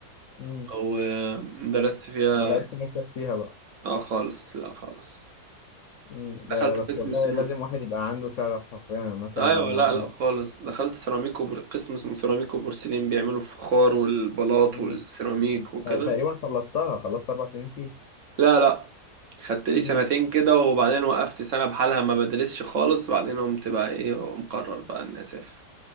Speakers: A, on the left (about 60°); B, on the right (about 55°).
A: مم.
B: ودرست فيها
A: ما لقيتش نفسك فيها بقى
B: اه خالص لا خالص
A: مم. ده
B: دخلت
A: بس
B: قسم
A: والله
B: سنون
A: لازم واحد يبقى عنده شغف حرفيا مثلا
B: ايوه
A: إن
B: لا
A: هو
B: لا خالص دخلت سيراميك وبر... قسم اسمه سيراميك وبورسلين بيعملوا الفخار والبلاط
A: مم.
B: والسيراميك وكده
A: أنا تقريبا خلصتها خلصت اربع سنين فيها
B: لا لا خدت لي
A: مم.
B: سنتين كده وبعدين وقفت سنة بحالها ما بدرسش خالص وبعدين قمت بقى ايه مقرر بقى اني اسافر